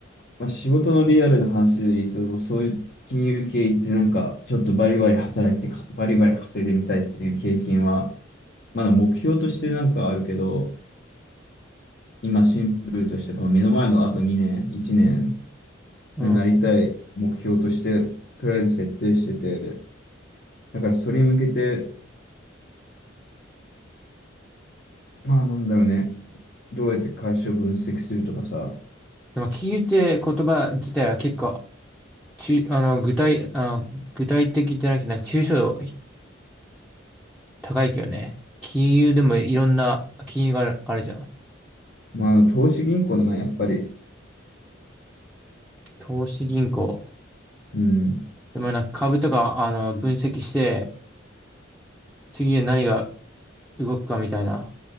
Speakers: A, on the left; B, in the centre.
A: まあ、仕事のリアルな話で言うと、そういう金融系行ってなんか、ちょっとバリバリ働いてか、バリバリ稼いでみたいっていう経験は、まだ目標としてなんかあるけど、今シンプルとして、この目の前のあと2年、1年、
B: うん。
A: なりたい目標として、とりあえず設定してて、だからそれに向けて、まあなんだろうね、どうやって会社を分析するとかさ、
B: でも、金融って言葉自体は結構、ちあの、具体、あ、具体的じゃなくて、なんか抽象度高いけどね。金融でもいろんな金融がある、あるじゃん。
A: まあ、投資銀行だな、やっぱり。
B: 投資銀行。
A: うん。
B: でもなんか株とか、あの、分析して、次で何が動くかみたいな。